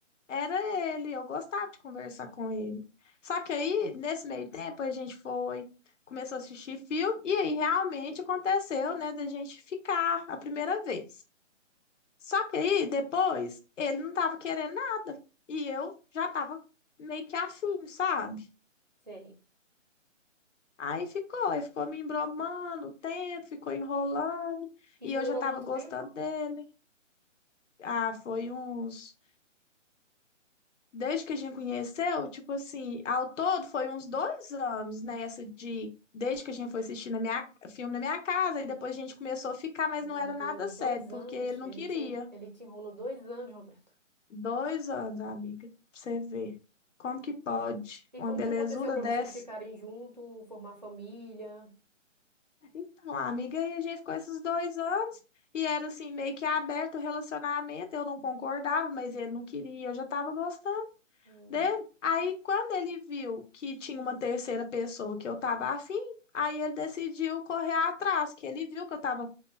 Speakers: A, on the left; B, on the right.
A: Era ele, eu gostava de conversar com ele. Só que aí, nesse meio tempo, a gente foi começou a assistir filme, e aí realmente aconteceu, né, da gente ficar a primeira vez. Só que aí, depois, ele não tava querendo nada. E eu já tava meio que afim, sabe?
B: sei.
A: Aí ficou, ele ficou me embromando o tempo, ficou enrolando.
B: Isso
A: E eu
B: durou
A: já tava
B: quanto
A: gostando
B: tempo?
A: dele. Ah, foi uns. Desde que a gente conheceu, tipo assim, ao todo foi uns dois anos, né? Essa de. Desde que a gente foi assistir na minha, filme na minha casa, e depois a gente começou a ficar, mas
B: Meu
A: não era
B: Deus,
A: nada sério,
B: dois
A: porque
B: anos.
A: ele não
B: Ele
A: queria.
B: te, ele te enrolou dois anos, Roberto.
A: Dois anos, amiga, pra você ver. Como que pode?
B: E
A: Uma
B: como
A: belezura
B: que aconteceu para
A: dessa.
B: vocês ficarem junto, formar família?
A: Então, amiga, aí a gente ficou esses dois anos e era assim, meio que aberto o relacionamento. Eu não concordava, mas ele não queria, eu já tava gostando
B: Hum,
A: dele. Aí, quando ele viu que tinha uma terceira pessoa que eu tava afim, aí ele decidiu correr atrás, que ele viu que eu tava